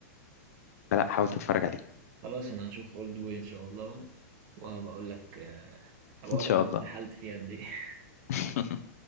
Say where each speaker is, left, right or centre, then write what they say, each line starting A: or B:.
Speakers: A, on the left; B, on the right.
A: فلا حاولت اتفرج عليه
B: خلاص انا هشوف اولد بوي ان شاء الله و- وهبقى اقول لك آه، هبقى
A: <laughs> ان
B: اقول
A: شاء
B: لك انا
A: الله
B: اتسحلت فيها قد ايه
A: <laughs>